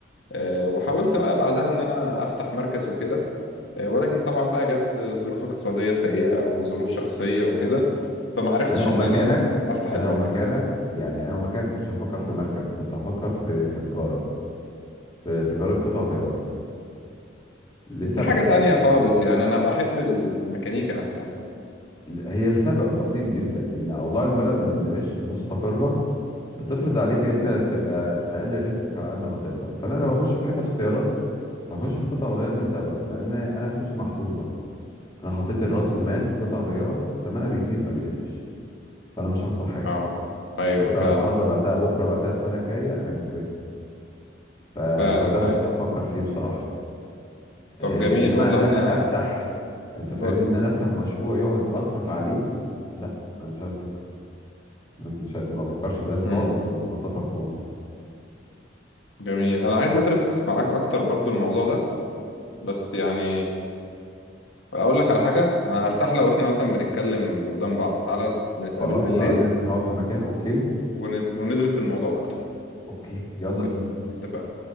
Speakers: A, on the left; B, on the left.
A: أه وحاولت بقى بعدها ان انا افتح مركز وكده أه ولكن طبعا بقى جت ظروف اقتصادية سيئة وظروف شخصية وكده فما عرفتش
B: انا ومكانك
A: ان انا افتح المركز
B: انا ومكانك يعني انا ومكانك ما كنتش هفكر في مركز كنت هفكر في في تجاره في تجاره قطع غيار لسبب
A: بس دي حاجة تانية
B: لا
A: خالص يعني انا بحب الميكانيكا نفسها
B: هي السبب بسيط جدا ان اوضاع البلد اللي مش مستقره بتفرض عليك ان انت تبقى تقلل ريسكك على قد ما تقدر فانا لو اخش في حاجه في السيارات هخش في قطع الغيار لسبب لان انا فلوسي محفوظه انا حطيت راس المال في قطع غيار ثمنها بيزيد ما بيقلش فانا مش هخسر حاجه
A: اه ايوه
B: بعتها
A: فعلا
B: النهارده بعتها بكره بعتها السنه الجايه انا كسبان ف...
A: فعلا
B: فده اللي
A: حقيقي
B: كنت بفكر فيه بصراحه
A: طب
B: إيه،
A: جميل
B: انما
A: والله
B: ان انا
A: انا
B: افتح انت فاهمني
A: اقول لك
B: ان انا افتح مشروع يقعد اصرف عليه لا انا مش عايز ده أنا مش ما بفكرش في ده
A: امم
B: خالص وخاصة في مصر
A: جميل انا عايز ادرس معاك اكتر برضو الموضوع ده بس يعني اقول لك على حاجه أنا هرتاح لو احنا مثلا بنتكلم قدام بعض تعالى نتقابل
B: خلاص
A: بالليل
B: تعالى ننزل نقعد في مكان اوكي
A: ونت... وندرس الموضوع اكتر
B: اوكي يلا
A: ات-
B: بينا
A: اتفقنا